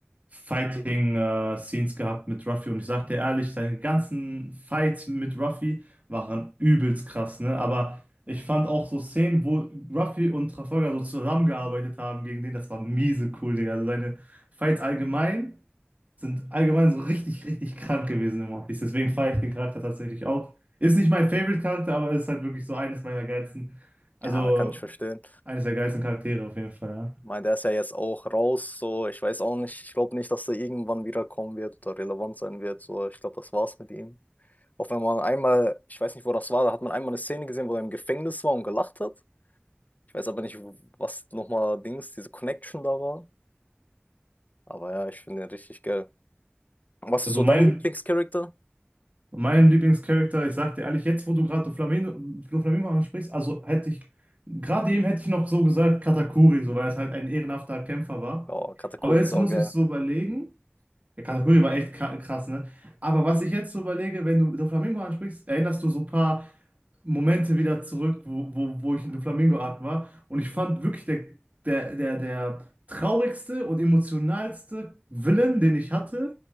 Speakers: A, on the right (about 40°); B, on the left (about 40°).
A: Fighting äh, Scenes gehabt mit Ruffy. Und ich sag dir ehrlich, seine ganzen Fights mit Ruffy waren übelst krass, ne? Aber ich fand auch so Szenen, wo Ruffy und Trafalgar so zusammengearbeitet haben gegen den, das war miese cool, Digga. Also seine Fights allgemein. sind allgemein so richtig, richtig krank gewesen im One Piece. Deswegen feiere ich den Charakter tatsächlich auch. Ist nicht mein Favorite-Charakter, aber ist halt wirklich so eines meiner geilsten, also
B: Ja, kann ich verstehen.
A: eines der geilsten Charaktere auf jeden Fall, ja.
B: Ich meine, der ist ja jetzt auch raus, so ich weiß auch nicht, ich glaube nicht, dass er irgendwann wiederkommen wird oder relevant sein wird. So, ich glaube, das war's mit ihm. Auch wenn man einmal, ich weiß nicht, wo das war, da hat man einmal eine Szene gesehen, wo er im Gefängnis war und gelacht hat. Ich weiß aber nicht, was nochmal Dings, diese Connection da war. Aber ja, ich finde den richtig geil. Was
A: Also
B: ist so
A: mein,
B: dein Lieblingscharakter?
A: mein Lieblingscharakter, ich sag dir ehrlich, jetzt wo du gerade Doflamingo, Doflamingo ansprichst, also hätte ich, gerade eben hätte ich noch so gesagt Katakuri, so weil es halt ein ehrenhafter Kämpfer war.
B: Oh, Katakuri
A: Aber jetzt
B: ist auch
A: muss
B: geil.
A: ich so überlegen, ja, Katakuri war echt kra- krass, ne? Aber was ich jetzt so überlege, wenn du Doflamingo ansprichst, erinnerst du so ein paar Momente wieder zurück, wo, wo, wo ich in der Flamingo-Art war. Und ich fand wirklich der, der, der, der traurigste und emotionalste Villain, den ich hatte,